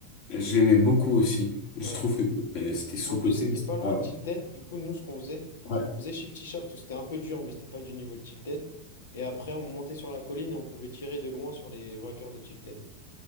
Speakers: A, on the left; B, on the left.
A: J'aimais beaucoup aussi. Je
B: Ouais.
A: trouve que euh, c'était sous-coté,
B: En plus, c'était
A: mais c'était
B: pas loin
A: pas...
B: de Tilted. Du coup, nous, ce qu'on faisait,
A: Ouais.
B: c'est qu'on faisait Shifty Shaft, où c'était un peu dur, mais c'était pas du niveau de Tilted. Et après, on montait sur la colline et on pouvait tirer de loin sur les vainqueurs de Tilted.